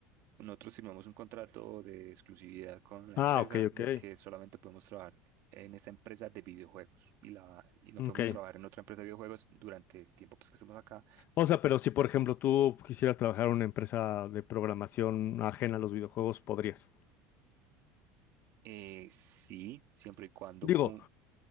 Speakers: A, on the right; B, on the left.
A: nosotros firmamos un contrato de exclusividad con la
B: Ah,
A: empresa
B: ok, ok.
A: de que solamente podemos trabajar en esa empresa de videojuegos y, la, y no
B: Ok.
A: podemos trabajar en otra empresa de videojuegos durante el tiempo pues, que estemos acá.
B: O sea, pero si por ejemplo tú quisieras trabajar en una empresa de programación ajena a los videojuegos, podrías.
A: Eh, sí, siempre y cuando
B: Digo,
A: cumpla